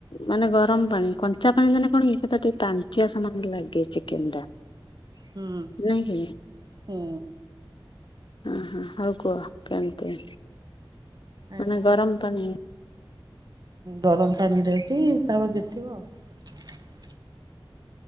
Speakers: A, on the left; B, on the right.
A: ମାନେ ଗରମ ପାଣି କଞ୍ଚା ପାଣି ଦେନେ କଣ କି ସେଟା ଟିକେ ପାଞ୍ଚିଆ ସମାନ ଲାଗେ ଚିକେନ୍‌ ଟା।
B: ହୁଁ
A: ନାଇଁ କି
B: ହଁ।
A: ହଁ ହଁ ହଉ କୁହ କେମିତି
B: ଆଜ୍ଞା।
A: ମାନେ ଗରମ ପାଣି
B: ଗରମ ପାଣି ଦେଇକି ତାପରେ ଦେଖିବି ଆଉ। <inaudible>